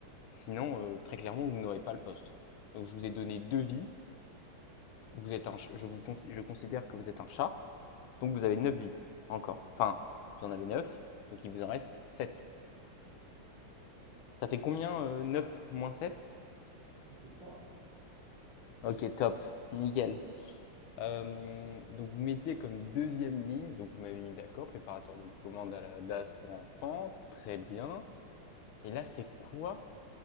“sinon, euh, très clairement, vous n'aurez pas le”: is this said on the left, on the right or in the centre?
Left